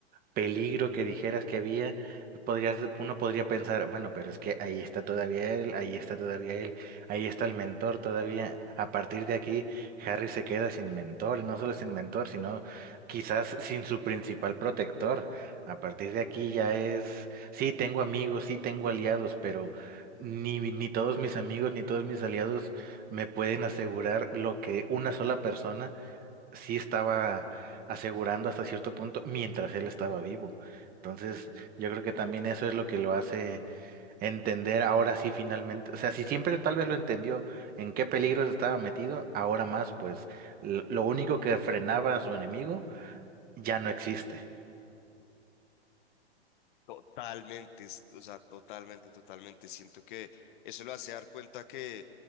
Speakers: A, on the right; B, on the left.
A: peligro que dijeras que había, podrías, uno podría pensar, bueno, pero es que ahí está todavía él, ahí está todavía él, ahí está el mentor todavía. A partir de aquí, Harry se queda sin mentor, y no solo sin mentor, sino quizás sin su principal protector. A partir de aquí ya es, sí, tengo amigos, sí, tengo aliados, pero ni, ni todos mis amigos, ni todos mis aliados me pueden asegurar lo que una sola persona sí estaba asegurando hasta cierto punto mientras él estaba vivo. Entonces, yo creo que también eso es lo que lo hace entender ahora sí finalmente, o sea, si siempre tal vez lo entendió en qué peligros estaba metido, ahora más, pues l- lo único que frenaba a su enemigo ya no existe.
B: Totalmente, es- o sea, totalmente, totalmente. Siento que eso lo hace dar cuenta que,